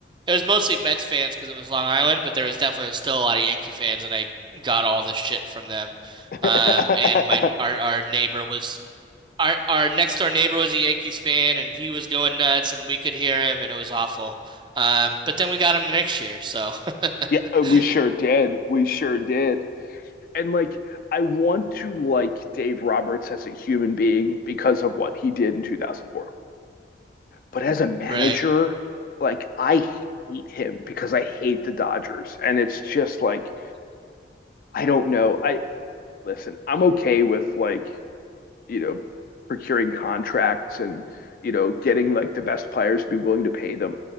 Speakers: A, on the right; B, on the left.
A: it was mostly Mets fans because it was Long Island, but there was definitely still a lot of Yankee fans, and I got all this shit from them.
B: <laughs>
A: Um, and my our our neighbor was our our next door neighbor was a Yankees fan, and he was going nuts, and we could hear him, and it was awful. Um, but then we got him next year, so
B: Yeah, uh,
A: <laughs>
B: we sure did. We sure did. And like, I want to like Dave Roberts as a human being because of what he did in 2004. But as a manager,
A: right,
B: like I hate him because I hate the Dodgers. And it's just like, I don't know. I listen, I'm okay with like, you know, procuring contracts and, you know, getting like the best players to be willing to pay them.